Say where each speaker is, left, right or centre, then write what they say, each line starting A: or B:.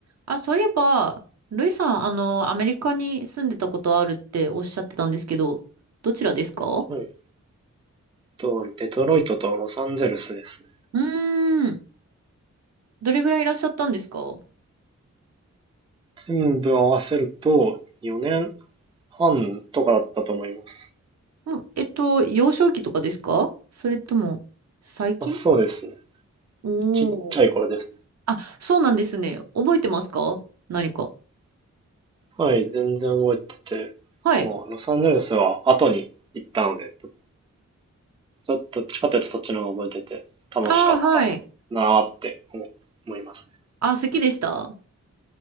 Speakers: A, on the right; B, on the right.
A: あ、そういえば、ルイさん、あの、アメリカに住んでたことあるっておっしゃってたんですけど、どちらですか
B: えっと、デトロイトとロサンゼルスですね。
A: うーん。どれぐらいいらっしゃったんですかん
B: 全部合わせると4年半とかだったと思います。
A: もうえっと、幼少期とかですかそれとも、最近
B: あ、そうですね。
A: おー。
B: ちっちゃい頃ですね。
A: あ、そうなんですね。覚えてますか何か。
B: はい、全然覚えてて、
A: はい。
B: もうロサンゼルスは後に行ったので、どっちかというとそっちの方が覚えてて楽しかったなーって思思いますね。
A: ああ、はい。あ、好きでした